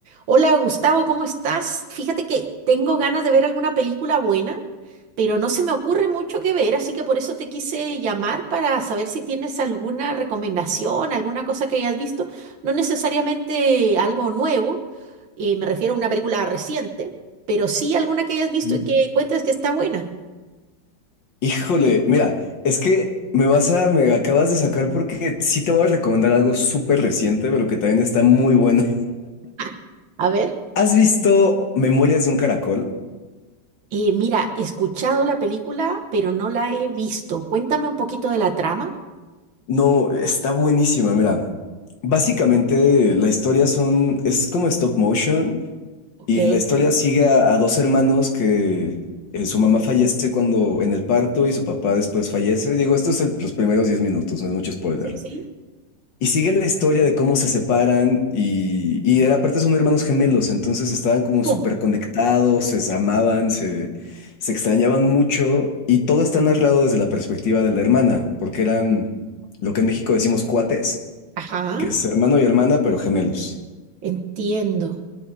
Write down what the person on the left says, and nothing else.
Ujú.
Híjole, mira, es que me vas a, me acabas de sacar porque sí te voy a recomendar algo súper reciente, pero que también está muy bueno.
<laughs> ¿Has visto Memorias de un Caracol?
No, está buenísima, mira. Básicamente la historia son, es como stop motion
y la historia sigue a, a dos hermanos que eh, su mamá fallece cuando en el parto y su papá después fallece. Digo, esto es el- los primeros 10 minutos, no es mucho spoiler.
Y sigue la historia de cómo se separan y, y era- aparte son hermanos gemelos, entonces estaban como súper
conectados, se amaban, se, se extrañaban mucho y todo está narrado desde la perspectiva de la hermana, porque eran lo que en México decimos cuates,
que es hermano y hermana, pero gemelos.